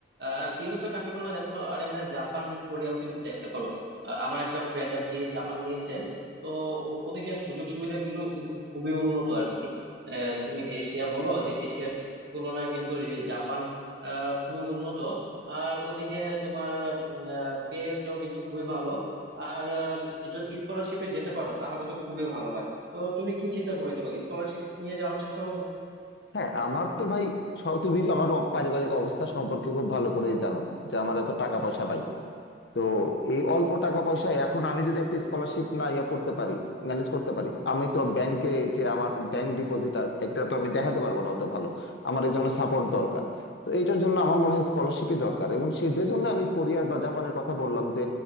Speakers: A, on the right; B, on the left.
A: আর ইউরোপের কান্ট্রি গুলো দেখতে পারো আর এমনি জাপান কোরিয়াও কিন্তু দেখতে পারো আহ, আমার একটা ফ্রেন্ড আর কি জাপান গিয়েছে তো ও- ওদিকে সুযোগ সুবিধা কিন্তু কিন্তু খুবই উন্নত আর কি আহ, তুমি এশিয়া বলো যে এশিয়ার তুলনায় কিন্তু এই জাপান আহ, খুবই উন্নত আর ওদিকে তোমার পে রেটটাও কিন্তু খুবই ভালো আর আহ, যদি স্কলারশিপে যেতে পারো তাহলে তো খুবই ভালো হয় তো তুমি কি চিন্তা করেছো স্কলারশিপ নিয়ে যাওয়ার চিন্তা
B: হ্যাঁ আমার তো ভাই স- তুমি আমার অ- পারিবারিক অবস্থা সম্পর্কে খুব ভালো করেই জানো যে আমার এত টাকা পয়সা নাই তো এই অল্প টাকা পয়সায় এখন আমি যদি একটা স্কলারশিপ না ইয়ে করতে পারি ম্যানেজ করতে পারি আমি তো ব্যাংকে যে আমার ব্যাংক ডিপোজিট একটা তো আমি দেখাতে পারবো না অত ভালো আমার এই জন্য সাপোর্ট দরকার তো এটার জন্য আমার মনে হয় স্কলারশিপই দরকার এবং সে যে জন্য আমি কোরিয়া বা জাপানের কথা বললাম যে